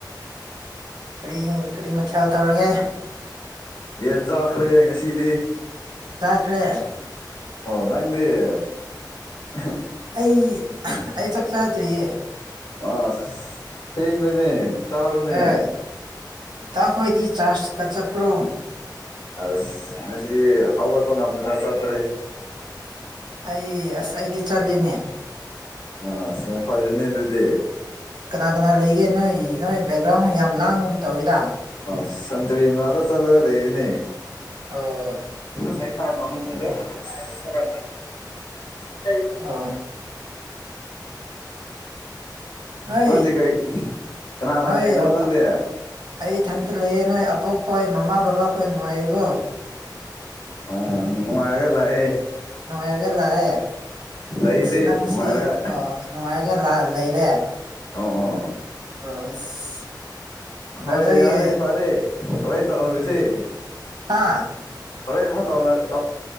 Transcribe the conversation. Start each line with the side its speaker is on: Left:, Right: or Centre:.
Right: ꯀꯔꯤ ꯀꯔꯤ ꯃꯊꯦꯜ ꯇꯧꯔꯒꯦ
Left: ꯌꯦꯟ ꯆꯥꯈ꯭ꯔꯦ ꯉꯁꯤꯗꯤ
Right: ꯇ꯭ꯔꯦ
Left: ꯗꯤ
Right: ꯑꯩ ꯑꯩ ꯆꯥꯛ ꯆꯗ꯭ꯔꯤꯌꯦ
Left: ꯑ ꯍꯦꯦꯅꯦ ꯆꯔꯣꯅꯦ
Right: ꯍꯣꯏ ꯏꯇꯥꯈꯣꯏꯗꯤ ꯆꯥꯔꯖꯀ ꯆꯠꯄ꯭ꯔꯣ
Left: ꯑꯁ ꯉꯁꯤ ꯍꯧꯒꯠꯄ ꯉꯝꯗꯅ ꯆꯠꯇ꯭ꯔꯤ
Right: ꯑꯩ ꯑꯁ ꯑꯩꯗꯤ ꯆꯠꯂꯤꯅꯦ
Left: ꯑꯁ ꯌꯥꯝ ꯐꯔꯦꯅꯦ ꯑꯗꯨꯗꯤ
Right: ꯀꯅꯥ ꯀꯅꯥ ꯂꯩꯒꯦ ꯅꯣꯏ ꯅꯣꯏ ꯕꯦꯛꯒ꯭ꯔꯥꯎꯟ ꯌꯥꯝ ꯂꯥꯡꯒꯨꯝ ꯇꯧꯏꯤꯗ
Left: ꯁꯖꯔꯤ ꯃꯅꯥꯗ ꯆꯂꯒ ꯂꯩꯔꯤꯅꯦ
Right: ꯑꯣ
Left: ꯇꯥ ꯇꯅ ꯀꯗ ꯄ ꯅꯦ
Right: ꯑꯥ ꯅꯣꯏ
Left: ꯅꯪꯗꯤ ꯀꯩ ꯀꯅꯥ ꯀꯅꯥ
Right: ꯅꯣꯏ
Left: ꯂꯩꯔꯤꯅꯣ
Right: ꯑ
Left: ꯅꯪꯗꯤ
Right: ꯑꯩ ꯏꯊꯟꯇ ꯂꯩꯑꯦ ꯅꯣꯏ ꯑꯕꯣꯛꯈꯣꯏ ꯃꯃꯥ ꯕꯕꯥꯈꯣꯏ ꯅꯨꯡꯉꯥꯏꯕꯣ
Left: ꯑ ꯅꯨꯡꯉꯥꯏꯒꯦ ꯂꯥꯛꯑ
Right: ꯅꯨꯡꯉꯥꯏꯔꯒ ꯂꯛꯢ ꯑꯁ
Left: ꯂꯩꯔꯤ
Right: ꯅꯪꯁꯤ
Left: ꯅꯨꯡꯉꯥꯏꯔꯒ
Right: ꯅꯨꯡꯉꯥꯏꯔꯒ ꯂꯩꯔꯦ
Left: ꯑꯣ ꯑꯣ ꯑꯣ
Right: ꯑꯣ ꯑꯁ ꯕ꯭ꯔꯗꯔꯒꯤ
Left: ꯍꯣꯏ ꯌꯥꯔꯦ ꯐꯔꯦ ꯍꯣꯔꯦꯟ ꯇꯧꯔꯁꯦ
Right: ꯍꯥꯥ
Left: ꯇꯧꯗꯅ